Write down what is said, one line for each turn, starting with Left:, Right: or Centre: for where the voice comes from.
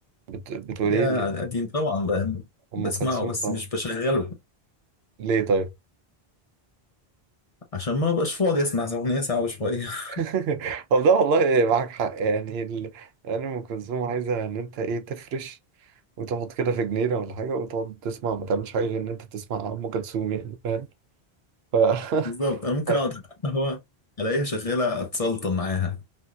Right: بت... بتقول
Left: يا
Right: إيه ل-
Left: على القديم طبعا بقى
Right: أم
Left: بسمعه
Right: كلثوم
Left: بس
Right: طبعا
Left: مش بشغله
Right: ليه طيب؟
Left: عشان ما ابقاش فاضي اسمع اغنيه ساعه وشويه
Right: <laughs>
Left: <laughs>
Right: طب ده والله معاك حق يعني ال... يعني أم كلثوم عايزة إن أنت إيه تفرش وتقعد كده في جنينة ولا حاجة وتقعد تسمع ما تعملش حاجة غير إن أنت تسمع أم كلثوم يعني فاهم؟ ف... <laughs>
Left: بالظبط انا ممكن
Right: ف-
Left: اقعد على القهوه الاقيها شغاله اتسلطن معاها